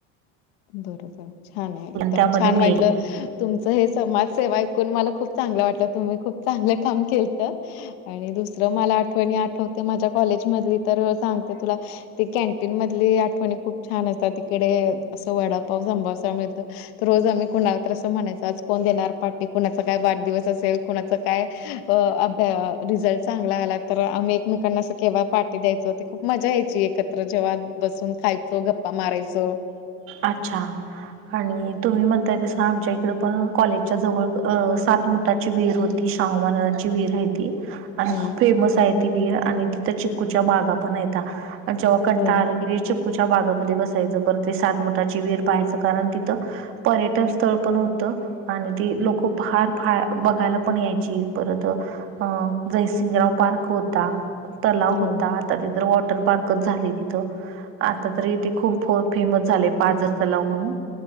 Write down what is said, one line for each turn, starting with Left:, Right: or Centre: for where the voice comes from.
Left: बरोबर छान आहे एकदम
Right: त्यामध्ये
Left: छान
Right: मी
Left: वाईटलं
Right: एक
Left: तुमचं हे समाजसेवा ऐकून मला खूप चांगलं वाटलं तुम्ही खूप चांगलं <inaudible> काम केलत आणि दुसरं मला आठवणी आठवते माझ्या कॉलेज मधली तर सांगते तुला <inaudible> ते कॅन्टीन मधली आठवणी खूप छान असतात तिकडे असं वडापाव, संभोसा मिळतो तर रोज आम्ही कुणाला तसं म्हणायच आज कोण देणार पार्टी कुणाचा काय वाढदिवस असेल कुणाचं काय अ भ्या- रिझल्ट चांगला आला तर आम्ही एकमेकांना असं केव्हा पार्टी द्यायचो खूप मजा यायची एकत्र जेव्हा बसून खायचो गप्पा मारायचो
Right: अच्छा आणि तुम्ही म्हणताय तस आमच्या इकडे पण कॉलेजच्या जवळ सात मुठाची विहीर होती शाहू महाराजांची विहीर आहे ती आणि
Left: हम्म
Right: खूप फेमस आहे ती विहीर आणि तिथं चिक्कूच्या बागा पण आहेत्या. आणि जेव्हा कंटाळा
Left: हो.
Right: आला की चिक्कूच्या बागेमध्ये बसायचं परत ते सात ता ची, विहीर पाहायचं कारण तिथं पर्यटन स्थळ पण होतं. आणि ती लोक फार फार बघायला पण यायची परत अ जयसिंगराव पार्क होता तलाव होता.
Left: हो
Right: आता तिथ वॉटर पार्कच झालय तिथं आता तर इथे खूप फेमस झालय. पाजर तलाव म्हणून